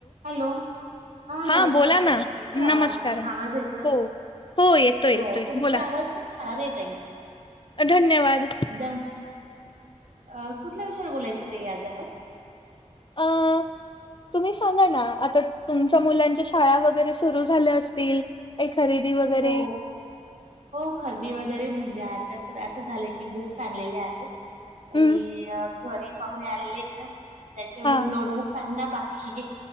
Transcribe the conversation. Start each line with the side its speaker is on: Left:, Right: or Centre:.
Right: Hello. हा नमस्कार
Left: हां बोला ना
Right: ताई येतोय आवाज.
Left: नमस्कार
Right: आवाज येतोय.
Left: हो हो येतोय
Right: हो
Left: येतोय
Right: तुमचा
Left: बोला
Right: आवाज खूप छान ताई.
Left: धन्यवाद.
Right: एकदम अ कुठल्या विषयावर बोलायचं ते आज आपण.
Left: आ. तुम्ही सांगा ना आता तुमच्या मुलांच्या शाळा वगैरे सुरू झाल्या असतील एखादी. दी वगैरे.
Right: हो हो खरेदी वगैरे म्हणजे आता तर असं झालंय की बुक्स आणलेले आहेत आणि
Left: हम्म
Right: घरी पाहून आलेले आहेत ना त्याच्यामुळे
Left: हा
Right: नोटबुकांना बाकी